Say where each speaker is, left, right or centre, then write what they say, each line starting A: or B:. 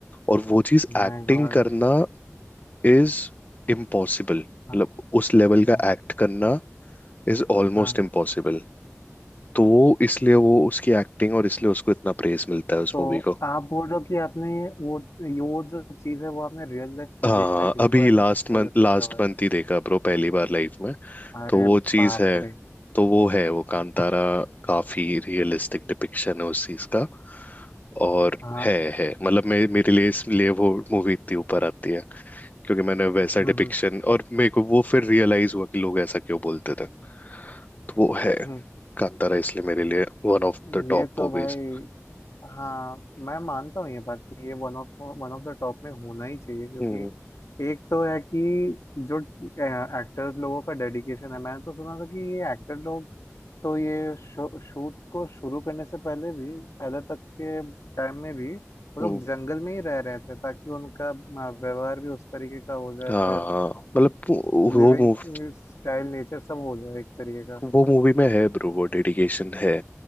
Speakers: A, on the left; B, on the left.
A: और वो चीज
B: my
A: एक्टिंग
B: god
A: करना इज इम्पॉसिबल मतलब
B: हाँ
A: उस लेवल का
B: हाँ
A: एक्ट करना इज ऑलमोस्ट
B: हाँ
A: इम्पॉसिबल तो वो इसलिए वो उसकी एक्टिंग और इसलिए उसको इतना प्रेज मिलता है उस
B: तो
A: मूवी को
B: आप बोल रहे हो कि आपने ये वो ये वो जो चीज़ है वो आपने रियल लाइफ में
A: हाँ
B: देखा है किसी
A: अभी
B: को ऐसे
A: लास्ट
B: पॉजेस
A: मंथ लास्ट
B: होते हुए
A: मंथ ही देखा ब्रो पहली बार लाइफ में
B: अरे
A: तो वो चीज
B: बाप
A: है
B: रे
A: तो वो है वो कांतारा काफी रियलिस्टिक डिपिक्शन है उस चीज का और
B: हाँ
A: है है मतलब मे, मेरे लिए इसलिए वो मूवी इतनी ऊपर आती है क्योंकि मैंने वैसा
B: हम्म
A: डिपिक्शन और मेरे को वो फिर रियलाइज हुआ कि लोग ऐसा क्यों बोलते थे तो वो है
B: हम्म
A: कांतारा इसलिए मेरे लिए one of
B: हम्म।
A: the
B: ये
A: top
B: तो
A: movies
B: भाई हाँ मैं मानता हूँ ये बात कि ये one of one of the top में होना ही चाहिए क्योंकि
A: हम्म
B: एक तो है कि जो एक्टर्स लोगों का डेडिकेशन है मैंने तो सुना था कि ये एक्टर लोग तो ये शूट को शुरू करने से पहले भी पहले तक के टाइम में भी वो
A: हम्म
B: लोग जंगल में ही रह रहे थे ताकि उनका अ, व्यवहार भी उस तरीके का हो जाए
A: हाँ
B: फिर
A: हाँ मतलब वो
B: लिविंग
A: वो मूव
B: स्टाइल नेचर सब हो जाए एक तरीके का
A: वो मूवी में है ब्रो वो डेडिकेशन है